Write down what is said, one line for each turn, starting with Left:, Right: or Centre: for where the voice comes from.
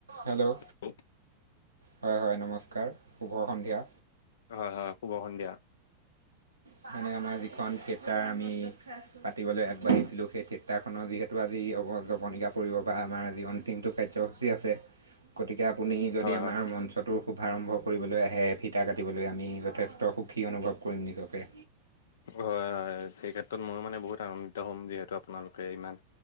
Right: Hello
Left: হয়
Right: হয় হয় নমস্কাৰ, শুভ সন্ধিয়া।
Left: হয় হয় শুভ সন্ধিয়া।
Right: মানে আমাৰ যিখন থিয়েটাৰ আমি পাতিবলৈ আগবাঢ়িছিলোঁ, সেই থিয়েটাৰখনৰ যিহেতু আজি অ জৱনিকা পৰিব বা আমাৰ যি দিনটো কাৰ্যসূচী আছে
Left: <inaudible>
Right: গতিকে আপুনি যদি'
Left: হয়
Right: আমাৰ
Left: হয়
Right: মঞ্চটো শুভাৰম্ভ কৰিবলৈ আহে ফিটা কাটিবলৈ আমি যথেষ্ট সুখী অনুভৱ কৰিম নিজকে।
Left: হয়, হয় সেই ক্ষেত্ৰত ময়ো মানে বহুত আনন্দিত হ'ম যিহেতু আপোনালোকে ইমান